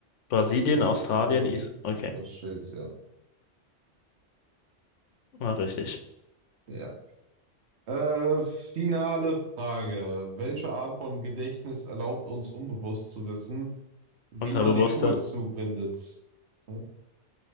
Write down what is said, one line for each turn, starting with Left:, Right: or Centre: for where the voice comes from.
Left: Brasilien,
Right: Israel,
Left: Australien, Is... Okay,
Right: das Schild, ja.
Left: war richtig.
Right: Ja. Äh, finale Frage. Welche Art von Gedächtnis erlaubt uns, unbewusst zu wissen, wie
Left: Unterbewusste.
Right: man die Schuhe zubindet? Ja.